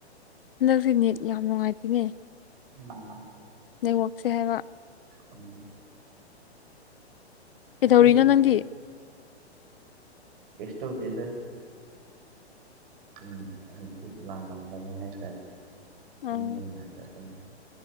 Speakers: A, on the left (about 55°); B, on the right (about 50°).
A: ꯍꯟꯗꯛꯁꯦ ꯅꯦꯠ ꯌꯥꯝ ꯅꯨꯡꯉꯥꯏꯇꯦꯅꯦ
B: ꯎꯝ
A: ꯅꯦꯠꯋꯥꯛꯁꯦ ꯍꯥꯏꯕ
B: ꯎꯝ ꯑꯩꯈꯣꯏꯒꯤꯗꯤ
A: ꯀꯩꯗꯧꯔꯤꯅꯣ ꯅꯪꯗꯤ
B: ꯀꯩꯁꯨ ꯇꯧꯗ‌ꯦꯗ ꯎꯝ ꯍꯥꯡꯆꯤꯠ ꯂꯥꯡꯉꯝꯕꯅꯤ ꯍꯥꯏꯇꯥꯔꯦ ꯇꯨꯝꯕ
A: ꯑꯣ
B: ꯌꯥꯗꯗꯅꯥ